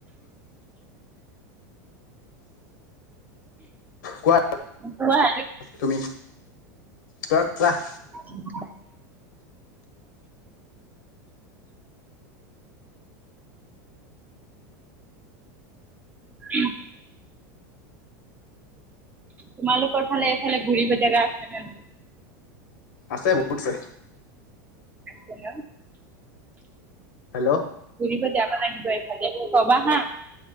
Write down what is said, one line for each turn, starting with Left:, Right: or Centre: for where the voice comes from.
Left: কোৱা
Right: কোৱা?
Left: তুমি ত কোৱা।
Right: উ <inaudible> উম, তোমালোকৰ ফালে এইফালে ঘূৰিবেজেগা আছে নে?
Left: আছে বহুত আছে।
Right: আছে ন।
Left: হেল্ল',
Right: ফুৰিব জাব লাগিব এইফাল কবা হা।